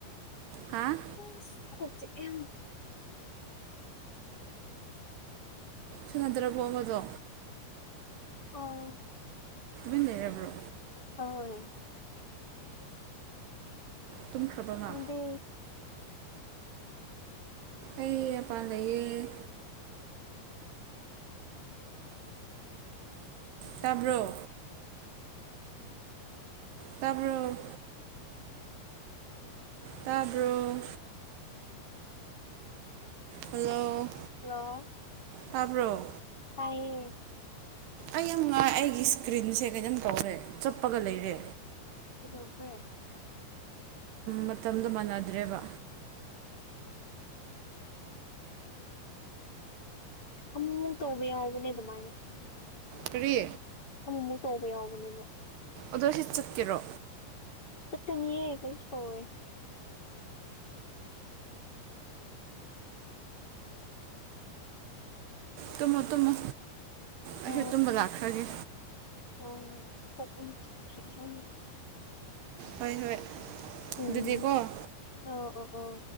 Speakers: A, on the right; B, on the left.
A: ꯍꯥꯥ
B: ꯑꯁ ꯀꯣꯛ ꯆꯤꯤꯑꯦ ꯌꯥꯝꯅ
A: ꯁꯥꯟꯅꯗ꯭ꯔꯕꯣ ꯑꯃꯗꯣ
B: ꯑꯥꯎ
A: ꯅꯪ ꯂꯩꯔꯕ꯭ꯔꯣ
B: ꯍꯣꯏ
A: ꯇꯨꯝꯈ꯭ꯔꯕ ꯃꯥ
B: ꯅꯪꯗꯤ
A: ꯑꯩꯩ ꯑꯄꯥꯟ ꯂꯩꯌꯦ ꯇꯥꯕ꯭ꯔꯣ ꯇꯥꯔ꯭ꯕꯣ ꯇꯥꯕ꯭ꯔꯣ ꯍꯜꯂꯣ
B: ꯍꯜꯂꯣ
A: ꯇꯥꯕ꯭ꯔꯣ
B: ꯇꯥꯢꯌꯦ
A: ꯑꯩ ꯌꯥꯝ ꯉꯥꯏ ꯑꯩꯒꯤ ꯁꯀ꯭ꯔꯤꯟꯁꯦ ꯀꯩꯅꯣꯝ ꯇꯧꯔꯦ ꯆꯠꯄꯒ ꯂꯩꯔꯦ
B: <unintelligible>
A: ꯃꯇꯝꯗꯣ ꯃꯥꯟꯅꯗ꯭ꯔꯦꯕ
B: ꯎꯝ ꯑꯃꯨ ꯇꯧꯕ ꯌꯥꯎꯕꯅꯦ ꯑꯗꯨꯃꯥꯏꯅ
A: ꯀꯔꯤ
B: ꯑꯃꯃꯨꯛ ꯇꯧꯕ ꯌꯥꯎꯕꯅꯦꯕ
A: ꯑꯗꯣ ꯍꯤꯠ ꯆꯠꯀꯦꯔꯣ
B: ꯆꯠꯀꯅꯤꯌꯦꯦ ꯀꯩꯁꯇꯧꯔꯦ
A: ꯇꯨꯝꯃꯨ ꯇꯨꯝꯃꯨ ꯑꯩꯁꯨ
B: ꯑ
A: ꯇꯨꯝꯕ ꯂꯥꯛꯈ꯭ꯔꯒꯦ
B: <unintelligible>
A: ꯍꯣꯏ ꯍꯣꯏ
B: ꯎꯝ
A: ꯑꯗꯨꯗꯤꯀꯣ
B: ꯑꯣ ꯑꯣ ꯑꯣ